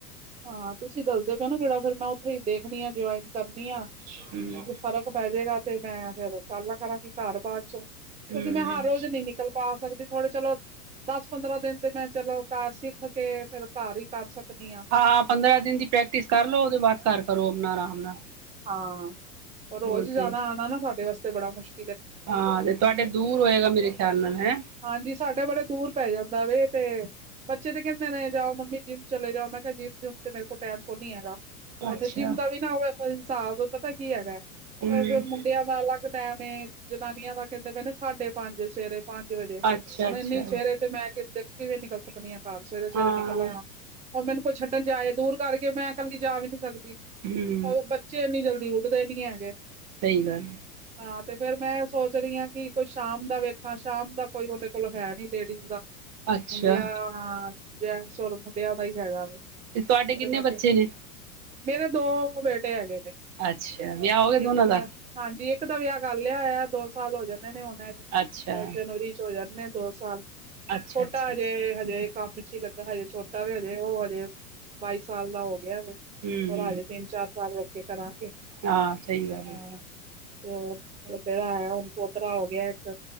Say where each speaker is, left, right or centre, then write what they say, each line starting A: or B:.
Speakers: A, on the right (about 15°); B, on the right (about 35°).
A: ਹਾਂ ਤੁਸੀਂ ਦੱਸਦੇ ਪਿਓ ਨਾ ਜੇੜਾ ਫਿਰ ਮੈਂ ਉੱਥੇ ਈ ਦੇਖਣੀ ਆ ਜੁਇਨ ਕਰਨੀ ਆ
B: ਹੂੰ
A: ਤੇ ਫ਼ਰਕ ਪੈ ਜੇਗਾ ਤੇ ਮੈਂ ਫੇਰ ਚੱਲ ਕਰਲਾ ਕਰਾਂਗੀ ਘਰ ਬਾਦ ਚੋਂ। ਕਿਉਂਕਿ
B: ਹੂੰ
A: ਮੈਂ ਹਰ ਰੋਜ਼ ਨਈ ਨਿਕਲ ਪਾ ਸਕਦੀ ਥੋੜੇ ਚਲੋ ਦਸ ਪੰਦਰਾਂ ਦਿਨ ਤੇ ਮੈਂ ਚਲੋ ਘਰ ਸਿੱਖ ਕੇ ਫੇਰ ਘਰ ਈ ਕਰ ਸਕਨੀ ਆਂ।
B: ਹਾਂ ਪੰਦਰਾਂ ਦਿਨ ਦੀ ਪ੍ਰੈਕਟਿਸ ਕਰ ਲਓ ਉਦੇ ਬਾਅਦ ਘਰ ਕਰੋ ਆਪਣਾ ਆਰਾਮ ਨਾਲ।
A: ਹਾਂ ਰੋਜ
B: ਹੋਰ ਕੀ
A: ਜਾਣਾ ਆਣਾ ਨਾ ਸਾਡੇ ਵਾਸਤੇ ਬੜਾ ਮੁਸ਼ਕਿ
B: ਹਾਂ ਹਲੇ ਤੁਆਡੇ ਦੂਰ ਹੋਏਗਾ ਮੇਰੇ ਖਿਆਲ ਨਾਲ ਹੈਂ।
A: ਹਾਂਜੀ ਸਾਡੇ ਬੜੇ ਦੂਰ ਪੈ ਜਾਂਦਾ ਵੇ ਤੇ ਬੱਚੇ ਤੇ ਕੈਂਦੇ ਨੇ ਜਾਓ ਮੰਮੀ ਜਿੰਮ ਚਲੇ ਜਾਓ ਮੈ ਕਿਆ ਜਿੰਮ ਜਿਮ ਤੇ ਮੇਰੇ ਕੋਲ ਟੈਮ ਕੋਨੀ ਹੈਗਾ। ਉੱਥੇ
B: ਅੱਛਾ
A: ਜਿੰਮ ਦਾ ਵੀ ਨਾ ਓ ਐਸਾ ਹਿਨਸਾਬ ਪਤਾ ਕੀ ਹੈਗਾ
B: ਹੂੰ
A: ਓ ਫੇਰ ਮੁੰਡਿਆਂ ਦਾ ਅਲੱਗ ਟੈਮ ਏ ਜਨਾਨੀਆਂ ਦਾ ਕੈਂਦੇ ਕੈਂਦੇ ਸਾਢੇ ਪੰਜ ਸਵੇਰੇ ਪੰਜ ਵਜੇ
B: ਅੱਛਾ
A: ਹੁਣ
B: ਅੱਛਾ
A: ਇੰਨੀ ਸਵੇਰੇ ਤੇ ਮੈ ਕੇ ਕਿਵੇਂ ਨਿਕਲ ਸਕਨੀ ਆਂ। ਘਰ ਸਵੇਰੇ ਸਵੇਰੇ
B: ਹਾਂ
A: ਨਿਕਲਾਂਗਾ ਓਰ ਮੈਨੂੰ ਕੋਈ ਛੱਡਣ ਜਾਏ ਦੂਰ ਕਰਕੇ ਮੈਂ ਕੱਲੀ ਜਾ ਵੀ ਨੀ ਸਕਦੀ।
B: ਹੁੰ
A: ਔਰ ਬੱਚੇ ਏਨੀ ਜਲਦੀ ਉੱਠਦੇ ਨੀ ਹੈਗੇ।
B: ਸਈ ਗੱਲ।
A: ਹਾਂ ਤੇ ਫੇਰ ਮੈਂ ਐ ਸੋਚ ਰੀ ਆਂ ਕਿ ਕੋਈ ਸ਼ਾਮ ਦਾ ਵੇਖਾਂ ਸ਼ਾਮ ਦਾ ਕੋਈ ਓਦੇ ਕੋਲ ਹੈ ਨੀ ਲੇਡੀਜ਼ ਦਾ।
B: ਅੱਛਾ
A: ਮੁੰਡਿਆਂ ਹਾਂ ਜੈਂਟਸ ਔਰ ਮੁੰਡਿਆਂ ਦਾ ਈ ਹੈਗਾ ਵੇ। ਤੇ
B: ਤੁਹਾਡੇ ਕਿੰਨੇ
A: ਮੈ ਕਿਆ
B: ਬੱਚੇ ਨੇ
A: ਮੇਰੇ ਦੋ ਬੇਟੇ ਹੇਗੇ ਨੇ
B: ਅੱਛਾ ਵਿਆਹ ਹੋ ਗਿਆ
A: ਇੱਕ
B: ਦੋਨਾਂ
A: ਮੈ
B: ਦਾ
A: ਹਾਂਜੀ ਇੱਕ ਦਾ ਵਿਆਹ ਕਰ ਲਿਆ ਹੋਇਆ ਦੋ ਸਾਲ ਹੋ ਜਾਨੇ ਹੁਨ ਐ ਅ
B: ਅੱਛਾ
A: ਜਨਵਰੀ ਚ ਹੋ ਜਾਣੇ ਨੇ ਦੋ- ਸਾਲ
B: ਅੱਛਾ
A: ਛੋਟਾ
B: ਅੱਛਾ
A: ਹਜੇ
B: ਅੱਛਾ
A: ਹਜੇ ਕੰਮ ਚੀ ਲੱਗਾ ਹਜੇ ਛੋਟਾ ਵੇ ਹਲੇ ਓ ਹਲੇ ਬਾਈ ਸਾਲ ਦਾ ਹੋ ਗਿਆ ਵੇ।
B: ਹੁੰ
A: ਹਲੇ ਤਿੰਨ- ਚਾਰ ਸਾਲ ਰੁੱਕ ਕੇ ਕਰਾਂਗੇ
B: ਹਾਂ ਸਈ ਗੱਲ
A: ਹਾਂ
B: ਏ।
A: ਤੇ ਹੋਰ ਹਲੇ ਕੇੜਾ ਹੈ ਹੁਣ ਪੋਤਰਾ ਹੋ ਗਿਆ ਇੱਕ